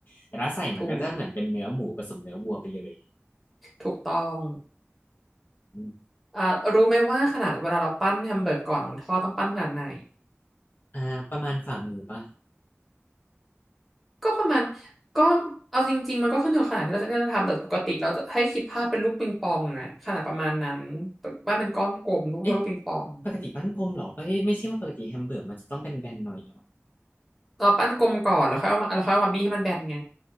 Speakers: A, on the left; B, in the centre.
A: แต่ถ้าใส่มันก็จะเหมือนเป็นเนื้อหมูผสมเนื้อวัวไปเลย
B: ถูกถูกต้อง
A: อืม
B: อ่ารู้ไหมว่าขนาดเวลาเราปั้นแฮมเบอร์กก่อนของทอดต้องปั้นขนาดไหน
A: อ่าประมาณฝ่ามือปะ
B: ก็ประมาณก็เอาจริงๆมันก็ขึ้นอยู่กับขนาดที่เราจะที่เราจะทำแต่ปกติเราจะให้คิดภาพเป็นลูกปิงปองอะขนาดประมาณนั้นปั้นเป็นก้อนกลมลูกเท่าลูกปิงปอง
A: เอ๊ะปกติปั้นกลมเหรอไม่ไม่ใช่ว่าปกติแฮมเบอร์กมันจะต้องเป็นแบนๆหน่อยเหรอ
B: เราปั้นกลมก่อนแล้วค่อยเอามาแล้วค่อยเอามาบี้ให้มันแบนไง